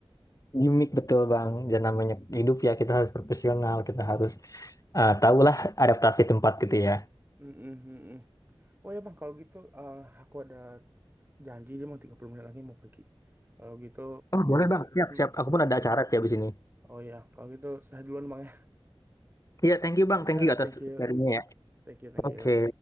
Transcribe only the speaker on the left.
Gimik betul bang. Dan namanya hidup ya kita harus profesional. Kita harus eh, tahulah adaptasi tempat gitu ya.
Oh boleh bang. Siap
siap. Aku pun ada acara sih habis ini.
Iya, thank you
bang. Thank
you atas
sharingnya ya.
Oke.